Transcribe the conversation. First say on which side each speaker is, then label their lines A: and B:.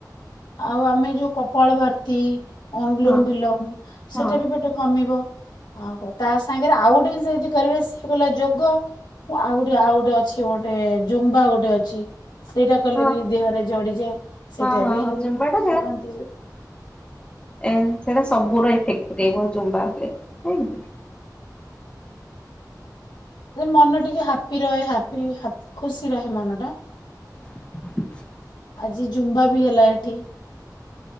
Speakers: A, on the left; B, on the left.
A: ଆଉ ଆମେ ଯୋଉ କପଳ ଭାର <unintelligible> ଅନୁଲୋମ
B: ହଁ
A: ବିଲୋମ
B: ହଁ
A: ସେଟା ବି ପେଟ କମିବ। ଓହୋ ତା ସାଙ୍ଗରେ ଆଉ ଗୋଟେ ଜିନିଷ ଯଦି କରିବେ ସିଏ ହେଲା ଯୋଗ। ଆଉ ଗୋଟେ ଆଉ ଗୋଟେ ଅଛି ଗୋଟେ ଜୁମ୍ବା ଗୋଟେ ଅଛି। ସେଇଟା କଲେ
B: ହଁ
A: ବି ଦେହରେ ଜଡିଯାଏ ସେଇଟା
B: ହଁ ହଁ
A: ବି
B: ହଁ ଜୁମ୍ବା ଟା
A: କରନ୍ତି, ସ
B: ଏମିତି ସେଇଟା ସବୁରେ ଇଫେକ୍ଟ ପକେଇବ ଜୁମ୍ବା ଉପରେ ନାଇଁ।
A: ମନ ଟିକେ ହାପି ରହେ ହାପୀ ହାପ ଖୁସି ରହେ ମନ ଟା।
B: <inaudible>
A: ଆଜି ଜୁମ୍ବା ବି ହେଲା ଏଠି।